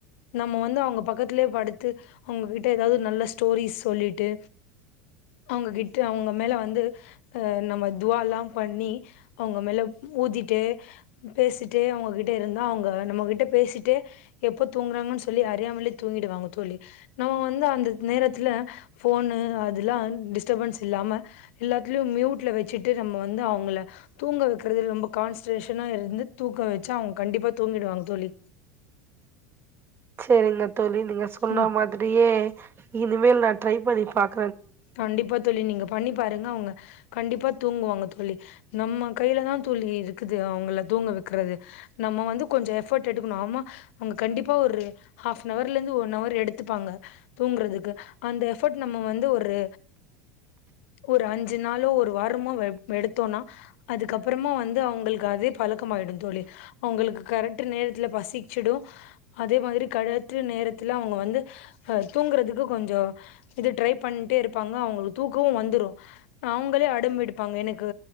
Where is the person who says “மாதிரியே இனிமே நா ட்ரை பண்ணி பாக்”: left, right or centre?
Right